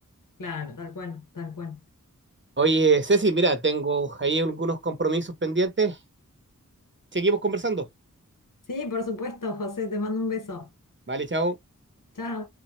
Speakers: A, on the left; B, on the right.
A: Claro, tal cual, tal cual.
B: Oye, Ceci, mira, tengo ahí algunos compromisos pendientes. Seguimos conversando.
A: Sí, por supuesto, José, te mando un beso.
B: Vale, chao.
A: Chao.